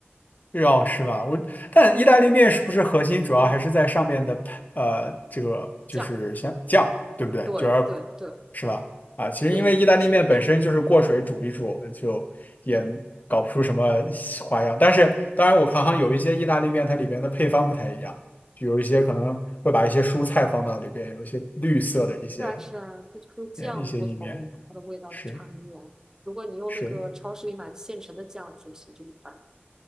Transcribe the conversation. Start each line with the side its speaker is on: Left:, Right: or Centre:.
Left: 日料是吧？我但意大利面是不是核心主要还是在上面的呃这个就是像酱，
Right: 酱，
Left: 对不对？
Right: 对对对
Left: 就要是吧？啊，其实因为意大利面本身就是过水煮一煮，
Right: 对，核心就是嗯，
Left: 就也搞不出什么花样。
Right: 对，
Left: 但是当然，我看好像有一些意大利面它里边的配方不太一样，就有一些可能会把一些蔬菜放到里边，有一些绿色的一些
Right: 是啊是啊，它就是酱的不同，
Left: 呃一些意面，
Right: 它的味道就差很远。
Left: 是
Right: 如果你用那个超市里买的现成的酱煮其实就一般，
Left: 是。